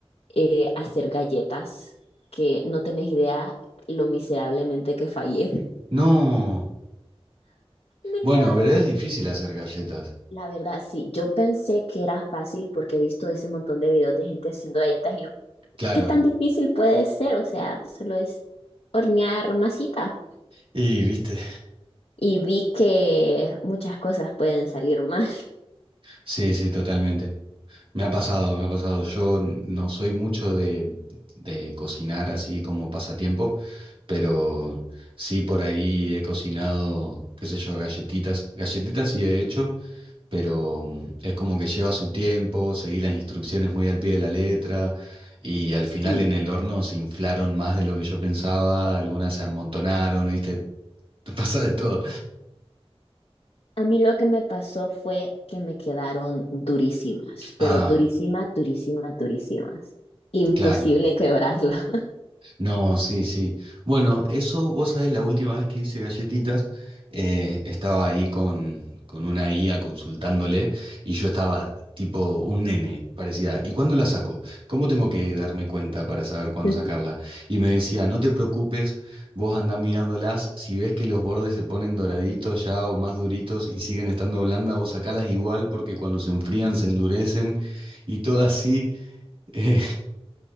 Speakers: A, on the left; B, on the right.
A: eh, hacer galletas, que no tenés idea lo miserablemente que fallé.
B: No.
A: Me
B: Bueno,
A: quedaron
B: verdad es difícil hacer galletas.
A: la verdad, sí, yo pensé que era fácil porque he visto ese montón de videos de gente haciendo galletas y yo,
B: Claro.
A: ¿qué tan difícil puede ser? O sea, solo es hornear masita.
B: Y viste.
A: Y vi que muchas cosas pueden salir mal.
B: Sí, sí, totalmente. Me ha pasado, me ha pasado. Yo n- no soy mucho de, de cocinar así como pasatiempo, pero sí por ahí he cocinado, qué sé yo, galletitas. Galletitas sí he hecho, pero mm, es como que lleva su tiempo, seguí las instrucciones muy al pie de la letra y al final
A: Sí.
B: en el horno se inflaron más de lo que yo pensaba, algunas se amontonaron, viste. <laughs> Pasa de todo.
A: A mí lo que me pasó fue que me quedaron durísimas, pero
B: Ah,
A: durísimas, durísimas, durísimas. Imposible
B: claro.
A: quebrarla.
B: No, sí, sí. Bueno, eso, vos sabés, la última vez que hice galletitas, eh, estaba ahí con, con una IA consultándole y yo estaba tipo un nene, parecía. ¿Y cuándo la saco? ¿Cómo tengo que darme cuenta para saber cuándo
A: <laughs>
B: sacarla? Y me decía, no te preocupes, vos andá mirándolas, si ves que los bordes se ponen doraditos ya o más duritos y siguen estando blandas, vos sacalas igual porque cuando se enfrían se endurecen y todo así. <laughs> eh,